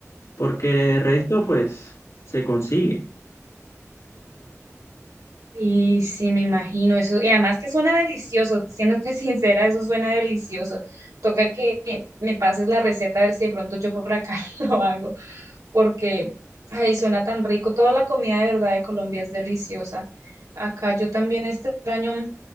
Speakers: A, on the left; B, on the right.
A: porque de resto pues se consigue.
B: Y sí, me imagino eso. Y además que suena delicioso, siéndote <laughs> sincera, eso suena delicioso. Toca que me pases la receta a ver si de pronto yo por acá <laughs> lo hago, porque, ay, suena tan rico. Toda la comida de verdad de Colombia es deliciosa. Acá yo también extraño